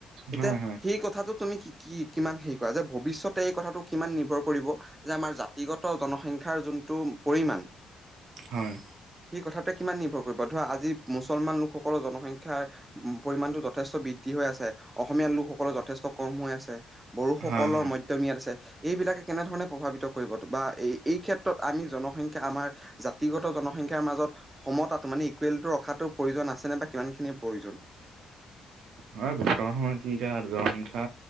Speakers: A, on the right; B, on the right.
A: এতিয়া
B: হয়, হয়,
A: সেই কথাটো তুমি কি কি কিমান হেই কৰা যে ভৱিষ্যতে এই কথাটো কিমান নিৰ্ভৰ কৰিব। যে আমাৰ জাতিগত জনসংখ্যাৰ যোনটো পৰিমাণ।
B: হয়।
A: সেই কথাটোৱে কিমান নিৰ্ভৰ কৰিব ধৰা আজি মুছলমান লোকসকলৰ জনসংখ্যা। শিক্ষাৰ পৰিমাণটো যথেষ্ট বৃদ্ধি হৈ আছে অসমীয়া লোকসকলৰ যথেষ্ট কম হৈ আছে। বড়োসকলৰ
B: হয়, হয়,
A: ম তিয়া মিয়াত আছে। এইবিলাকে কেনেধৰণে প্ৰভাৱিত কৰিব বা এই এই ক্ষেত্ৰত আমি জনসংখ্যা আমাৰ। জাতিগত জনসংখ্যাৰ মাজত সমতাটো মানে ইকুৱেলটো ৰখাটো প্ৰয়োজন আছে নে বা কিমান খিনিৰ প্ৰয়োজন।
B: হয় বৰ্তমান সময়ত যি এতিয়া জনসংখ্যা